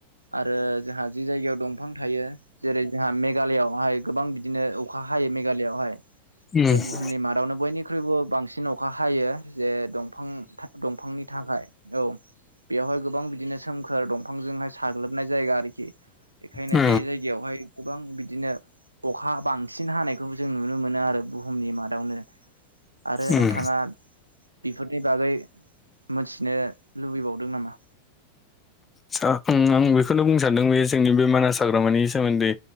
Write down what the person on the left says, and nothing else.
उम
उम
उम
सा उम आं बेखौनो बुंनो सानदों बे जोंनि बे मानास हाग्रामानि सोमोन्दै